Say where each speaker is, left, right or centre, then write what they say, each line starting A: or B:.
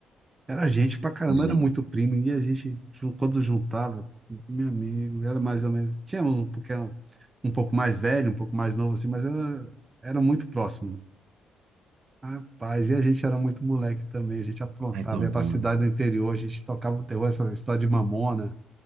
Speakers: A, on the right (about 25°); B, on the right (about 70°).
A: era gente pra caramba,
B: gente,
A: era muito primo, e a gente, jun- quando juntava, meu amigo, era mais ou menos, tínhamos um, porque era um um pouco mais velho, um pouco mais novo, assim, mas era, era muito próximo, Rapaz, e a gente era muito moleque também, a gente aprontava,
B: ai, tão
A: ia
B: bom.
A: pra cidade
B: né?
A: do interior, a gente tocava o terror, essa história de mamona,